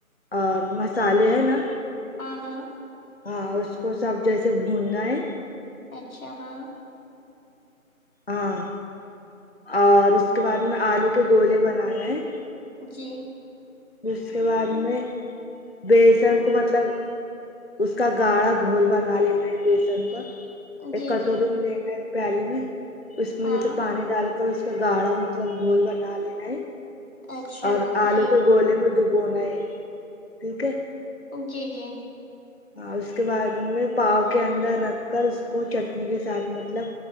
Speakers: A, on the left; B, on the left.
A: اور مسالے ہے نا
B: ہاں ہاں
A: ہاں اس کو سب جیسے بھوننا ہے
B: اچھا ہاں
A: ہاں اور اس کے بعد میں آلو کے گولے بنانے ہیں
B: جی
A: اس کے بعد میں بیسن کو مطلب اس کا گاڑھا گھول بنا لا ہے بیسن کا ایک
B: جی
A: کٹوری
B: جی
A: میں لینا ایک پیالی میں اس میں
B: ہاں
A: جیسے پانی ڈال کر اس گاڑھا مطلب گھول بنا لینا ہے
B: اچھا
A: اور آلو
B: جی
A: گھولے میں ڈبونا ہے ٹھیک ہے
B: وکے جی
A: اور اس کے بعد میں پاؤ کے اندر رکھ کر اس کو چٹنی کے ساتھ مطلب